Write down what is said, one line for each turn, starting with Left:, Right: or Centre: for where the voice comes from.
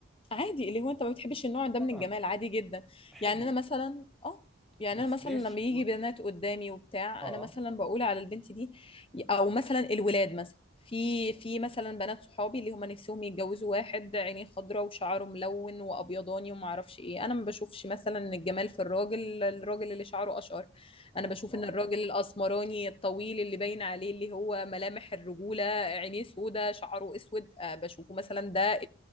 Left: عادي اللي هو انت ما بتحبش النوع ده
Centre: تمام
Left: من الجمال عادي جدا
Centre: حلو
Left: يعني انا مثلا اه يعني
Centre: بس
Left: انا مثلا
Centre: ليش
Left: لما يجي
Centre: و-
Left: بنات قدامي وبتاع
Centre: اه
Left: انا مثلا بقول على البنت دي او مثلا الولاد مثلا في في مثلا بنات صحابي اللي هم نفسهم يتجوزوا واحد عينيه خضراء وشعره ملون وابيضاني وما اعرفش ايه انا ما بشوفش مثلا ان الجمال في الراجل الراجل اللي شعره اشقر
Centre: اه
Left: انا بشوف
Centre: اه
Left: ان الراجل الاسمراني الطويل اللي باين عليه اللي هو ملامح الرجوله عينيه سودا شعره اسود آه، بشوفه مثلا ده